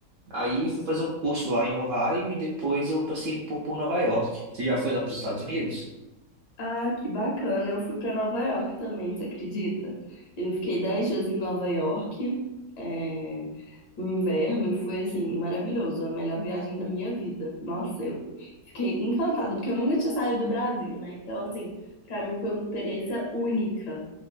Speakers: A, on the right; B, on the left.
A: Aí fui fazer um curso lá em Ohio e depois eu passei um pouco por Nova York. Você já foi lá para os Estados Unidos?
B: Ah, que bacana. Eu fui para Nova York também, você acredita? Eu fiquei 10 dias em Nova York, é, no inverno, e foi assim, maravilhoso. A melhor viagem da minha vida. Nossa, eu fiquei encantada, porque eu nunca tinha saído do Brasil, né? Então, assim, para mim foi uma experiência única.